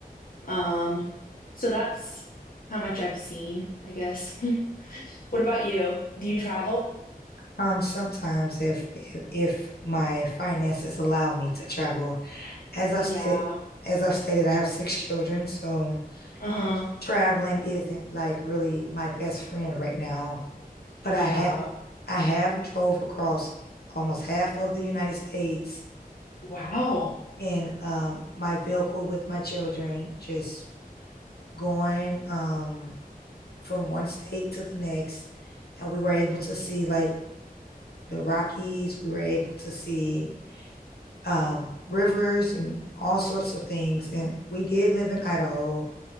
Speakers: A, on the left; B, on the left.
A: Um, so that's how much I've seen, I guess. <laughs> What about you? Do you travel?
B: Um, sometimes if, if if my finances allow me to travel, as I've
A: Yeah.
B: stated, as I've stated, I have six children, so
A: Uh-huh.
B: traveling isn't like really my best friend right now. But
A: Yeah.
B: I had I have drove across almost half of the United States
A: Wow.
B: in um my vehicle with my children, just going um from one state to the next, and we were able to see like the Rockies. We were able to see um, rivers and all sorts of things. And we did live in Idaho.